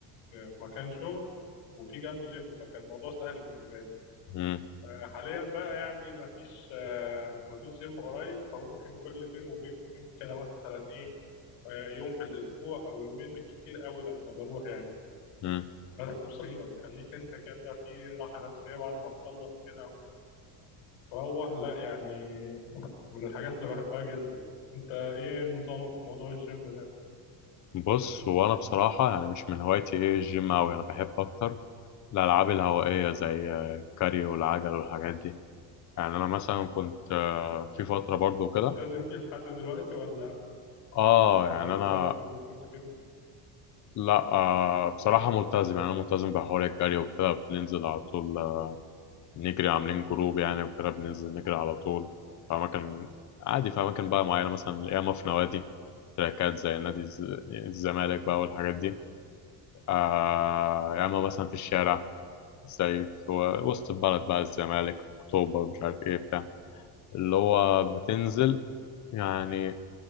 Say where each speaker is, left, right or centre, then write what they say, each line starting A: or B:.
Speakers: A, on the left; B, on the left.
A: في في مكان شغل وفي جنبي جيم فكان الموضوع سهل بالنسبه لي
B: امم
A: آه، حاليا بقى يعني مفيش آه، مفيش جيم قريب فممكن كل فين وفين كده مثلا ايه آه، يوم في الاسبوع او يومين بالكتير قوي لما بروح يعني
B: امم
A: بس بصحيبه بتخليك انت كده في راحه نفسيه بعد ما تخلص كده وتروح لا يعني من الحاجات اللي بحبها جدا انت ايه نظامك في موضوع الجيم ده
B: بص هو انا بصراحه يعني مش من هوايتي ايه الجيم اوي انا بحب اكتر الالعاب الهوائيه زي آه، الكاريو والعجل والحاجات دي يعني انا مثلا كنت آه، في فتره برضو كده
A: ملتزم فيه لحد دلوقتي ولا
B: اه يعني
A: ولا
B: انا
A: برضه كل فين
B: لا
A: وفين
B: آه بصراحه ملتزم يعني انا ملتزم بحوار الجري وكده بننزل على طول نجري عاملين جروب يعني وكده بننزل نجري على طول في أماكن عادي في أماكن بقى معينة مثلا ياما في نوادي تراكات زي نادي الز- الزمالك بقى والحاجات دي آه ياما مثلا في الشارع زي في وسط البلد بقى الزمالك
A: مم.
B: أكتوبر مش عارف إيه بتاع اللي هو بتنزل يعني